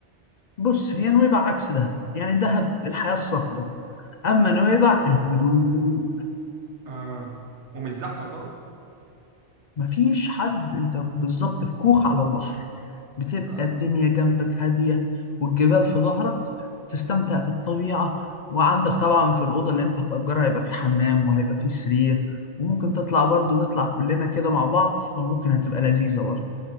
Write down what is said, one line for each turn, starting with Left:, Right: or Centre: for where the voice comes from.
Left: بص هي نويبع عكس دهب يعني دهب الحياه الصخبه اما نويبع الهدوء
Right: اه ومش زحمه صح
Left: مفيش حد انت بالظبط في كوخ على البحر بتبقى
Right: اه
Left: الدنيا جنبك هادية والجبال في ظهرك تستمتع بالطبيعة وعندك طبعا في الأوضة اللي انت هتأجرها هيبقى في حمام وهيبقى في سرير وممكن تطلع برضه نطلع كلنا كده مع بعض فممكن هتبقى لذيذة برضه